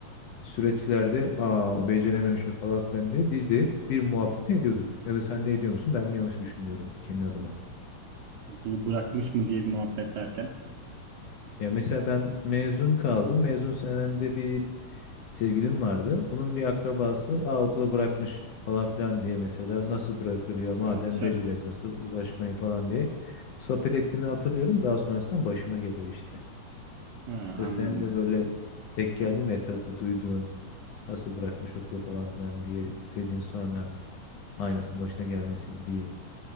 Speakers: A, on the left; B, on the right.
A: süreçlerde aa o becerememişim falan filan diye biz de bir muhabbeti ediyorduk. Ya da sen de ediyor musun? Ben mi yanlış düşünüyorum kendi adıma?
B: Okulu bırakmış mı diye bir muhabbet derken.
A: Ya mesela ben mezun kaldım. Mezun senemde bir sevgilim vardı. Bunun bir akrabası Aa, okulu bırakmış falan filan diye mesela nasıl bırakır ya madem
B: Ben dışarı...
A: beceremiyorsa uğraşmayın falan diye sohbet ettiğimi hatırlıyorum. Daha sonrasında başıma geliyor işte.
B: Ha,
A: Mesela
B: anladım.
A: sen de böyle tek geldi mi etrafta duyduğun nasıl bırakmış okulu falan filan diye dediğin sonra aynısının başına gelmesi bir